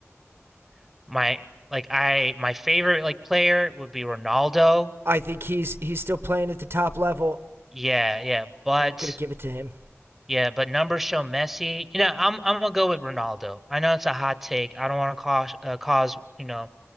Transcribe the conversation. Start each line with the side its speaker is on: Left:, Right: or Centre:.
Centre: <sighs> my like I my favorite like player would be Ronaldo.
Right: I think he's he's still playing at the top level.
Centre: Yeah, yeah, but
Right: I'm gonna give it to him.
Centre: yeah, but numbers show Messi. You know, I'm I'm gonna go with Ronaldo. I know it's a hot take. I don't want to cause uh, cause, you know,